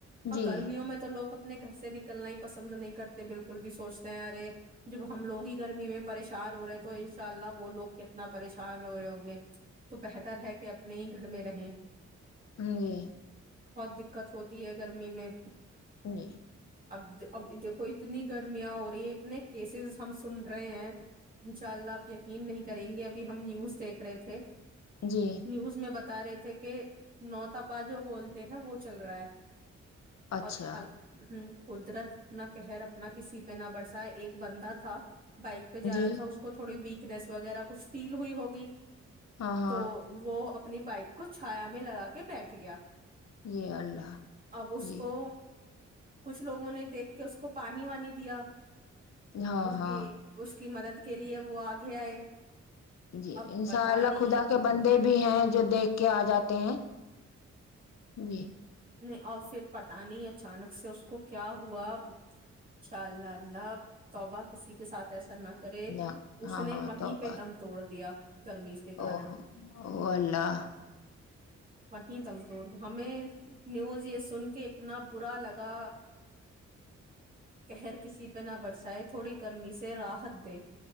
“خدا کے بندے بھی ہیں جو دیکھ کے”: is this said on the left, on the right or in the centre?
Left